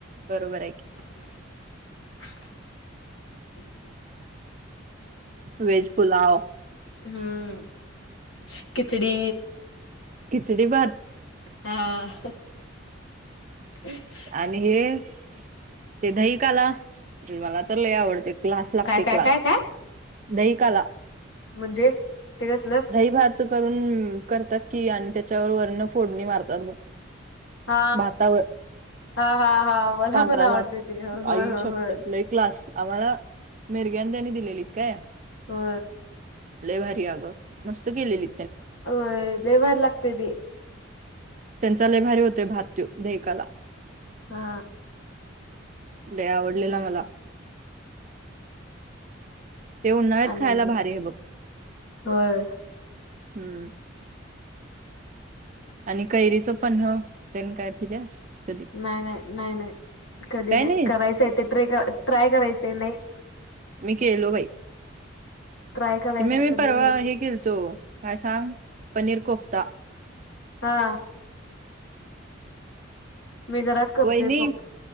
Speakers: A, on the right; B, on the left.
A: बरोबर आहे की
B: <inaudible>
A: वेज पुलाव
B: हम्म खिचडी
A: खिचडी भात
B: हा
A: आणि हे ते दहीिक आला मला तर लय आवडते क्लास लागते
B: काय काय
A: क्लास
B: काय काय
A: दहिकला
B: म्हणजे ते कसलं
A: का भात करून करतात की आणि त्याच्यावर वर्ण फोडणी मारतात बघ
B: हा
A: भातावर
B: हा हा हा मला
A: पांढरा
B: पण आवडते
A: भात
B: ते हो
A: आई
B: हो
A: शपथ
B: होय
A: लय क्लास आम्हाला मेरग्यांदनी दिलेलीत काय
B: हो
A: लय भारी अगं मस्त केलेली
B: हो देे बर लागतदी.
A: त्यांचा लेभारी होते भात्यू देकाला
B: हा
A: लय आवडलेला मला ते उन्हाळ्यात
B: आणि
A: खायला भारी आहे बघ
B: होय
A: हम्म आणि कैरीचं पन्ह तेन काय पिल्यास कधी
B: नाही नाही नाही नाही कधी
A: काय
B: नाही
A: नाहीस
B: करायचं आहे ते ट्र ट्राय करायचं आहे नाही
A: मी केलो बाई
B: ट्राय करायचं
A: मी
B: कधी
A: परवा हे केलतो काय सांग पनीर कोफ्ता
B: हा मी घरात करतेय
A: वहिनी
B: कोप